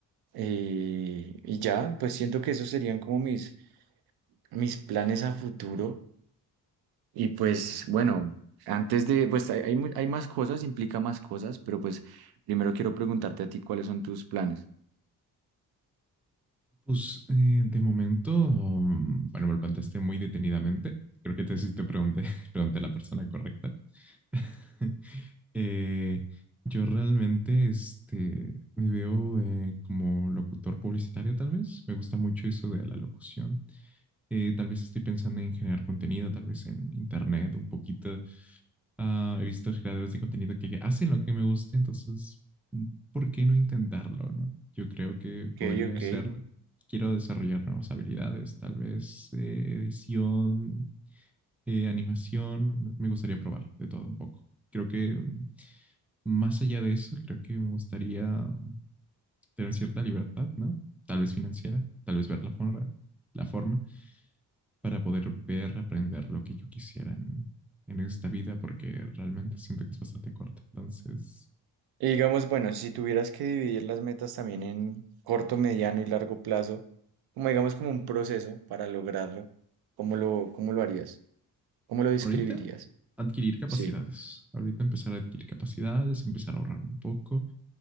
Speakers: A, on the right; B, in the centre.
A: Eh, y ya, pues siento que esos serían como mis, mis planes a futuro. Y pues bueno, antes de, pues hay, hay mu- hay más cosas, implica más cosas, pero pues primero quiero preguntarte a ti cuáles son tus planes.
B: Pues eh, de momento, um, bueno, me lo planteaste muy detenidamente. Creo que te sí te pregunté, <laughs> pregunté a la persona correcta. <laughs> Eh, yo realmente este, me veo eh, como locutor publicitario, tal vez. Me gusta mucho eso de la locución. Eh, tal vez estoy pensando en generar contenido, tal vez en internet, un poquito. Ah, he visto creadores de contenido que hacen lo que me gusta, entonces, ¿por qué no intentarlo, no? Yo creo que
A: Ok,
B: podría
A: ok.
B: hacerlo. Quiero desarrollar nuevas habilidades, tal vez eh, edición, eh, animación. Me gustaría probar de todo un poco. Creo que más allá de eso, creo que me gustaría mm, tener cierta libertad, ¿no? Tal vez financiera, tal vez ver la forma, la forma para poder ver, aprender lo que yo quisiera en, en esta vida, porque realmente siento que es bastante corta. Entonces,
A: Y digamos, bueno, si tuvieras que dividir las metas también en corto, mediano y largo plazo, como digamos como un proceso para lograrlo, ¿cómo lo, cómo lo harías? ¿Cómo lo describirías?
B: ahorita adquirir capacidades.
A: Sí,
B: Ahorita empezar a adquirir capacidades, empezar a ahorrar un poco,